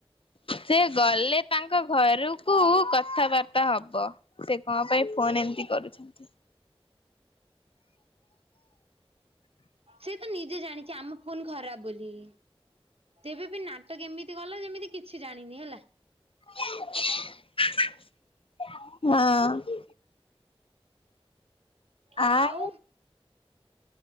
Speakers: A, on the left; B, on the right.
A: ସେ ଗଲେ ତାଙ୍କ ଘରକୁ କଥାବାର୍ତ୍ତା ହବ। ସେ କଣ ପାଇଁ ଫୋନ ଏମିତି କରୁଛନ୍ତି।
B: ସେ ତ ନିଜେ ଜାଣିଛି ଆମ ଫୋନ ଖରାପ ବୋଲି। ତେବେ ବି ନାଟକ ଏମିତି କଲା ଯେମିତି କିଛି ଜାଣିନି ହେଲା।
A: ହଁ
B: ଆଉ
A: ଆ